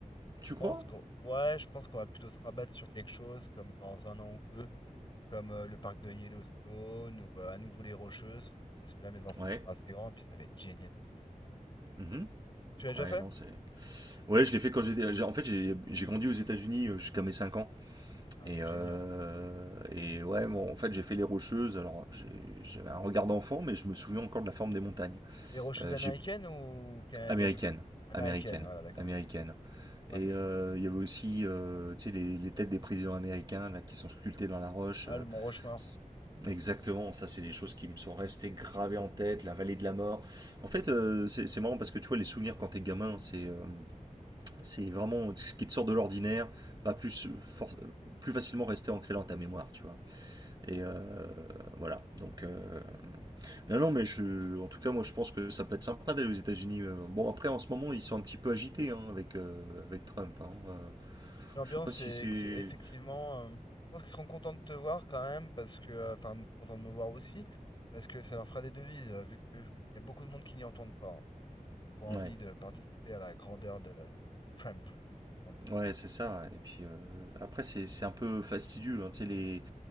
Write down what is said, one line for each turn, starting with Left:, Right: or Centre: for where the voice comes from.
Left: Donc
Right: Tu
Left: je pense
Right: crois?
Left: qu'on ouais, je pense qu'on va plutôt se rabattre sur quelque chose comme dans un an ou deux, comme euh, le parc de Yellowstone ou euh, à nouveau les Rocheuses, parce que là mes enfants
Right: Ouais.
Left: sont assez grands et puis ça va être génialissime.
Right: Mhm.
Left: Tu l'as déjà
Right: Ouais,
Left: fait?
Right: non, c'est... Ouais, je l'ai fait quand j'étais... j'ai- En fait, j'ai j'ai grandi aux États-Unis euh, jusqu'à mes 5 ans,
Left: Ah,
Right: et,
Left: c'est
Right: euh,
Left: génial.
Right: et ouais, bon, en fait, j'ai fait les Rocheuses, alors j'ai- j'avais un regard d'enfant, mais je me souviens encore de la forme des montagnes.
Left: Les Rocheuses
Right: Euh,
Left: américaines
Right: j'ai...
Left: ou canadiennes?
Right: Américaine,
Left: Américaines,
Right: américaine,
Left: voilà, d'accord.
Right: américaine.
Left: Ouais.
Right: Et euh, il y avait aussi euh, tu sais, les, les têtes des présidents américains là, qui sont sculptées dans la roche.
Left: Ah,
Right: euh,
Left: le Mont Rushmore.
Right: c'est- exactement, ça c'est des choses qui me sont restées gravées en tête, la vallée de la mort. En fait, euh, c'est c'est marrant parce que tu vois, les souvenirs quand t'es gamin, c'est euh, c'est vraiment ce qui te sort de l'ordinaire, va plus, for- plus facilement rester ancré dans ta mémoire, tu vois. Et euh, voilà, donc... euh, Non, non, mais je, en tout cas, moi je pense que ça peut être sympa d'aller aux États-Unis. euh. Bon, après, en ce moment, ils sont un petit peu agités hein, avec, euh, avec Trump. hein, euh.
Left: L'ambiance
Right: Je sais pas si
Left: est
Right: c'est.
Left: ex- effectivement, euh, je pense qu'ils seront contents de te voir quand même, parce que, euh, enfin, contents de me voir aussi, parce que ça leur fera des devises, euh, vu qu'il y a beaucoup de monde qui n'y entendent pas, hein, qui n'ont pas envie
Right: Ouais.
Left: de participer à la grandeur de, de Trump, si on peut dire
Right: Ouais,
Left: ainsi.
Right: c'est ça. Et puis euh, après, c'est c'est un peu fastidieux. hein. Tu sais, les,